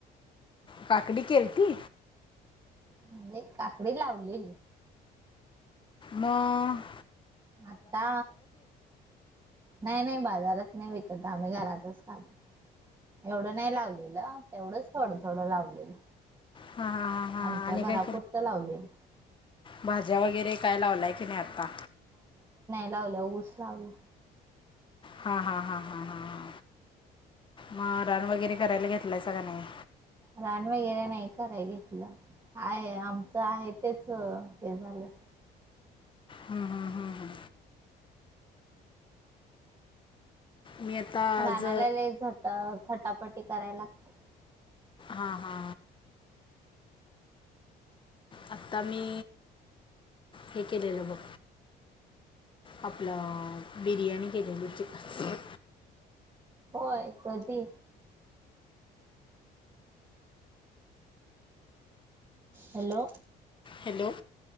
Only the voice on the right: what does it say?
म्हणजे काकडी लावली.
आता नाही नाही बाजार. नाही विकत आम्ही घरातच खातो एवढं नाही लावलेलं तेवढंच थोडं थोड लावलेलं.
आमच्या
घरापुरतं
लावलेलं
लावलं ऊस लावलं.
रान वगैरे नाही करायला घेतलं आहे आमचं आहे तेच हे झालं.
रानालाला
झट खटा. पटी करायला लागता.
होय कधी? हॅलो?